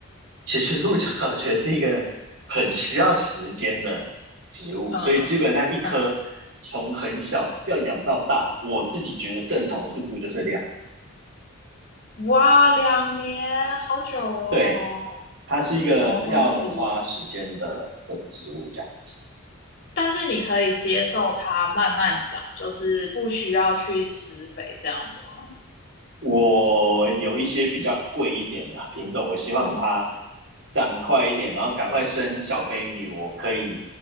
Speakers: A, on the right; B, on the left.
A: 其实鹿角 <laughs> 我觉得是一个很需要时间的植物，
B: 嗯嗯嗯，
A: 所以基本上一颗从很小要养到大，我自己觉得正常速度就是两，
B: 哇，两年，好久哦。
A: 对，它是一个要很花时间的的植物这样子。
B: 哦，理解。但是你可以接受它慢慢长，就是不需要去施肥这样子吗？
A: 我有一些比较贵一点的品种，我希望它
B: 嗯，
A: 长快一点，然后赶快生小 baby，我可以